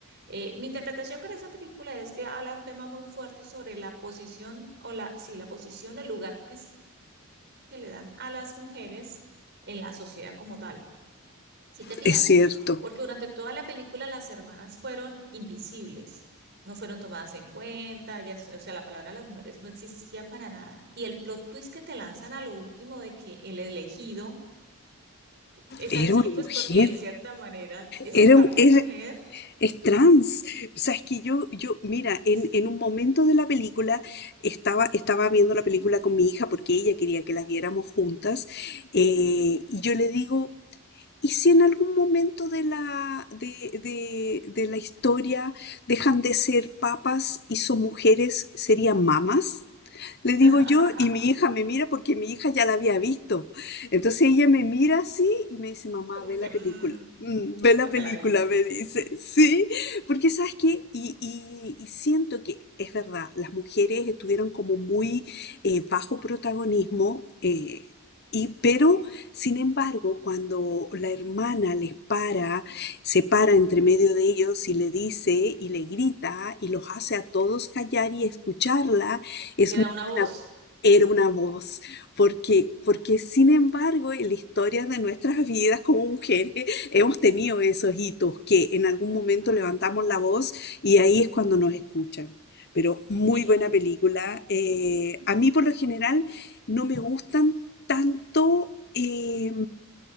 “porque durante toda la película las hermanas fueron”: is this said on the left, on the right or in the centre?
Right